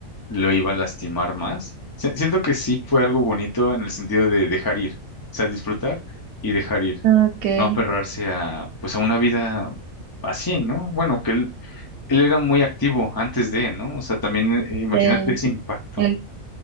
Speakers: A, on the left; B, on the right.
A: lo iba a lastimar más. Si- siento que sí fue algo bonito en el sentido de dejar ir. O sea, disfrutar y dejar ir.
B: Okay,
A: No aferrarse a, pues a una vida así, ¿no? Bueno, que él, él era muy activo antes de, ¿no? O sea, también eh, imagínate
B: sí.
A: ese impacto.
B: El,